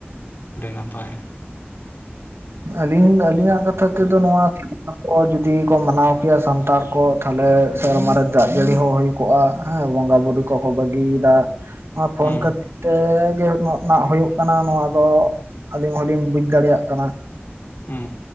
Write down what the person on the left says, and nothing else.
ᱟᱹᱰᱤ ᱱᱟᱯᱟᱭ᱾
ᱦᱩᱸ
<unintelligible>